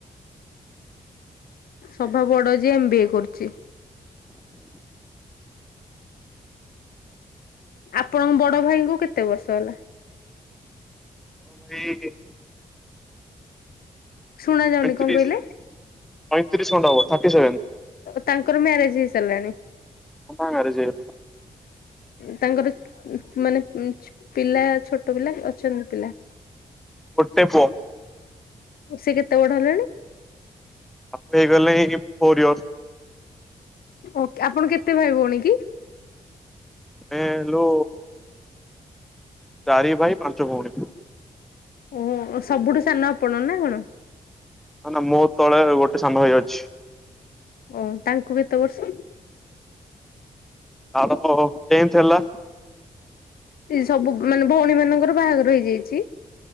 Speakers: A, on the left; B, in the centre.
A: ସଭା ବଡ ଯେ ଏମ ବି ଏ କରୁଛି।
B: <inaudible>
A: ଆପଣଙ୍କ ବଡ ଭାଇଙ୍କୁ କେତେ ବର୍ଷ ହେଲା?
B: ସେ
A: ଶୁଣା ଯାଉନି
B: ପଇଁତିରିଶ
A: କଣ କହିଲେ?
B: ପଇଁତିରିଶ ଖଣ୍ଡେ ହବ ଥାର୍ଟି ସେଭେନ।
A: ତାଙ୍କର ମ୍ୟାରେଜ ହେଇ ସାରିଲାଣି?
B: ହଁ ମ୍ୟାରେଜ୍ ହେଇ
A: ତାଙ୍କର ମାନେ ପିଲା ଛୋଟ ପିଲା ଅଛନ୍ତି ପିଲା?
B: ଗୋଟେ ପୁଅ।
A: ସେ କେତେ ବଡ ହେଲାଣି?
B: ତାକୁ ହେଇଗଲାଣି ଫୋରୟରସ୍।
A: ଓ ଆପଣ କେତେ ଭାଇ ଭଉଣୀ କି?
B: ଆମେ ହେଲୁ ଚାରି ଭାଇ ପାଞ୍ଚ ଭଉଣୀ।
A: ଓହୋ ସବୁଠୁ ସାନ ଆପଣ ନା କଣ?
B: ନା ନା ମୁଁ ତଳେ ଗୋଟେ ସାଙ୍ଗ ଭାଇ ଅଛି।
A: ଓ ତାଙ୍କୁ କେତେ ବର୍ଷ?
B: ତାରତ ଟେନ୍ଥ ହେଲା।
A: ଏ ସବୁ ମାନେ ଭଉଣୀ ମାନଙ୍କର ବାହାଘର ହେଇଯାଇଛି?